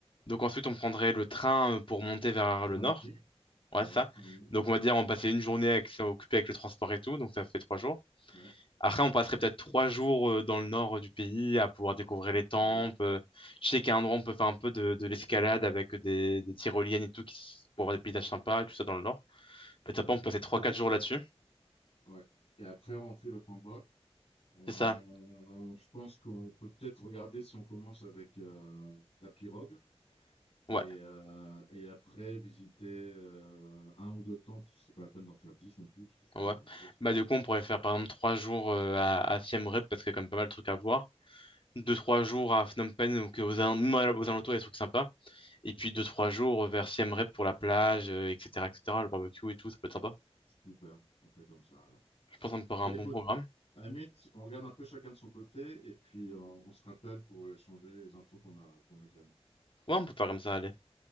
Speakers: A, on the left; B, on the left.
A: Donc ensuite, on prendrait le train euh, pour monter vers
B: Tramway,
A: le nord. Ouais,
B: voilà,
A: ça.
B: Tramway,
A: Donc on va dire, on passait une journée avec- occupée avec le transport et tout, donc ça fait trois jours.
B: ouais,
A: Après,
B: ouais,
A: on passerait peut-être trois jours euh, dans le nord euh, du pays à pouvoir découvrir les temples.
B: ouais,
A: Euh, Je sais qu'à un endroit on peut faire un peu de, de l'escalade avec des, des tyroliennes et tout qui s- pour avoir des paysages sympas, tout ça dans le nord. Peut-être après,
B: ouais.
A: on peut passer trois,
B: Et,
A: quatre
B: tu sais-
A: jours là-dessus.
B: ouais. Et après, on fait le combat. On-
A: C'est ça?
B: je pense qu'on peut peut-être regarder si on commence avec euh, la pirogue et,
A: Ouais,
B: euh, et après visiter euh, un ou deux tentes, parce que c'est pas la peine d'en faire dix non plus, parce que c'est toujours
A: ouais.
B: la même chose, quoi.
A: Bah, du coup, on pourrait faire par exemple trois jours euh, à, à Siem Reap parce qu'il y a quand même pas mal de trucs à voir. Deux, trois jours à Phnom Penh, donc aux, al- même à- aux alentours, il y a des trucs sympas. Et puis deux, trois jours vers Siem Reap pour la plage, euh, etc., etc., le barbecue et tout, ça peut être sympa.
B: Super, on fait comme ça alors.
A: Je pense qu'on pourrait
B: Ben
A: un bon
B: écoute,
A: programme.
B: à on regarde un peu chacun de son côté et puis euh, on se rappelle pour échanger les infos qu'on a, qu'on a glanées.
A: Ouais, on peut faire comme ça, allez.